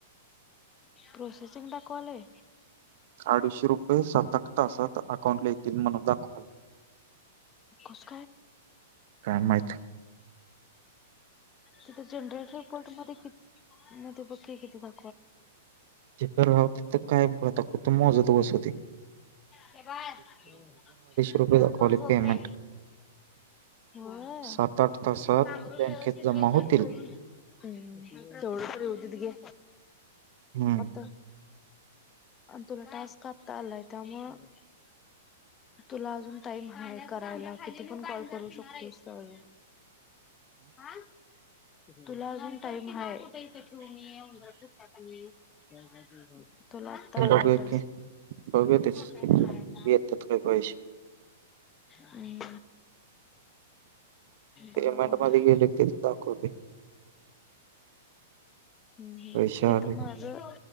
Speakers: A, on the left (about 25°); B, on the right (about 60°).
A: प्रोसेसिंग ट कले
B: अडीचशे रुपये सात आठ तासात अकाउंटला येतील म्हणून दाखवाल
A: कसं
B: काय माहच
A: तिथे जनरेटर पोलट मध्ये किती बकीे किती दा
B: तिथं राव तिथं काय बता कत मोजत बसवती
A: ते बर
B: रुपये
A: नवकर
B: दाखवले
A: झोपरे
B: पेमेंट
A: हो
B: सात आठ तासात
A: काम व्यवस्थित
B: बँकेत जमा
A: हे करोडून
B: होतील
A: हम्म तोळत ऊतिते
B: हम्म
A: आता तुला टास् कापता आलाय त्या मग हम् तुला अजून टाईम ह करायला किती पण कॉल करू शकतोस अे हा तुला अजून त म्हू इथ ठेऊ म आहे उर खूप टाकाणी आहे तुला आत्ता
B: बघूया
A: आलाट
B: की बघूया तेच
A: हा
B: किती येतात काय पैसे
A: आणि
B: पेमेंट
A: बरोबर
B: मध्ये गेले की तिथे दाखवते
A: हम्म हम्
B: पैसे आले
A: तिथं माझं